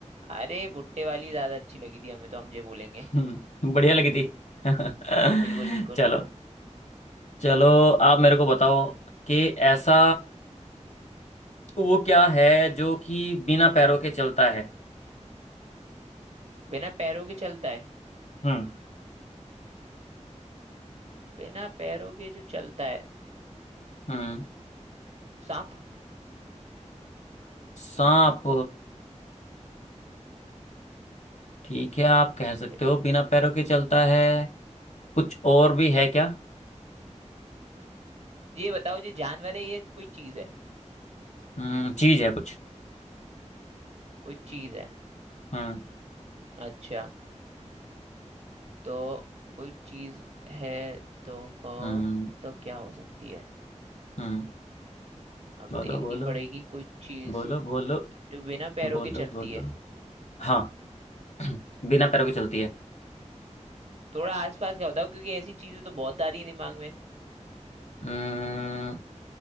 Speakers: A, on the right; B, on the left.
A: अरे भुट्टे वाली ज्यादा अच्छी लगी थी हमें तो हम ये बोलेंगे
B: हम्म बढ़िया लगी थी <laughs>
A: बिल्कुल बिल्कुल
B: चलो चलो आप मेरे को बताओ कि ऐसा वो क्या है जो कि बिना पैरों के चलता है
A: बिना पैरों के चलता है
B: हम्म
A: बिना पैरों के जो चलता है
B: हम्म
A: सांप
B: सांप ठीक है आप कह सकते
A: बे-
B: हो बिना पैरों के चलता है कुछ और भी है क्या
A: ये बताओ ये जानवर है ये कोई चीज है
B: हम्म चीज है कुछ
A: कोई चीज है
B: हम्म
A: अच्छा तो कोई चीज है तो को
B: हम्म
A: तो क्या हो सकती है
B: हम्म
A: अब
B: बोलो
A: देखनी
B: बोलो
A: पड़ेगी कोई चीज
B: बोलो बोलो
A: जो बिना पैरों
B: बोलो
A: के चलती
B: बोलो
A: है
B: हाँ <clears throat> बिना पैरों के चलती है
A: थोड़ा आसपास का बताओ क्योंकि ऐसी चीजें तो बहुत आ रही है दिमाग में
B: हम्म,